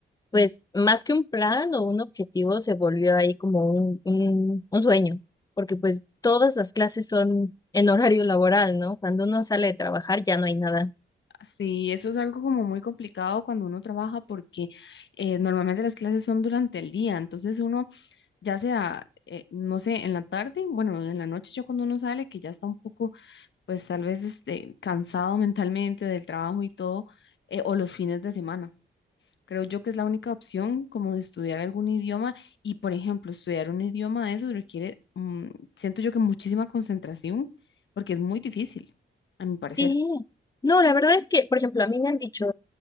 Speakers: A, on the left; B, on the left.
A: pues más que un plan o un objetivo, se volvió ahí como un, un, un sueño, porque pues todas las clases son en horario laboral, ¿no? Cuando uno sale de trabajar ya no hay nada.
B: Sí, eso es algo como muy complicado cuando uno trabaja porque eh, normalmente las clases son durante el día, entonces uno ya sea, eh, no sé, en la tarde, bueno, en la noche yo cuando uno sale, que ya está un poco, pues tal vez este, cansado mentalmente del trabajo y todo, eh, o los fines de semana. Creo yo que es la única opción como de estudiar algún idioma y, por ejemplo, estudiar un idioma de eso requiere, mm, siento yo que muchísima concentración, porque es muy difícil, a mi parecer.
A: Sí, no, la verdad es que, por ejemplo, a mí me han dicho...